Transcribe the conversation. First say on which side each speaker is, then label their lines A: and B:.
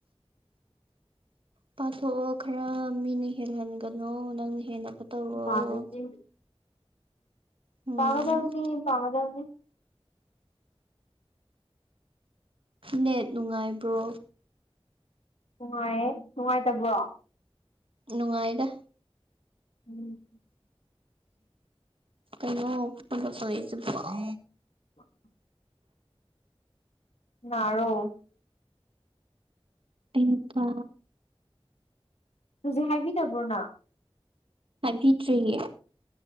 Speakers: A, on the right; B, on the left.
A: ꯄꯥꯊꯣꯛꯑꯣ ꯈꯔ ꯃꯤꯅ ꯍꯦꯜꯍꯟꯒꯅꯣ ꯅꯪꯅ ꯍꯦꯟꯕ ꯇꯧꯑꯣ
B: ꯄꯥꯗꯣꯏꯅꯤ
A: ꯎꯝ
B: ꯄꯥꯒꯗꯕꯅꯤ ꯄꯥꯒꯗꯧꯅꯤ
A: ꯅꯦꯠ ꯅꯨꯡꯉꯥꯏꯕ꯭ꯔꯣ
B: ꯅꯨꯡꯉꯥꯏꯌꯦ ꯅꯨꯡꯉꯥꯏꯇꯕ꯭ꯔꯣ
A: ꯅꯨꯡꯉꯥꯏꯗ
B: ꯎꯝ
A: ꯀꯩꯅꯣ ꯐ‌ꯣꯟ ꯇꯧꯁꯟꯂꯛꯏ ꯖꯤꯕ‌ꯣ
B: <inaudible> ꯀꯅꯥꯔꯣ
A: ꯑꯩ ꯅꯨꯄꯥ
B: ꯍꯧꯖꯤꯛ ꯍꯥꯏꯕꯤꯗꯕ꯭ꯔꯣ ꯅ
A: ꯍꯥꯏꯕꯤꯗꯔꯤꯌꯦ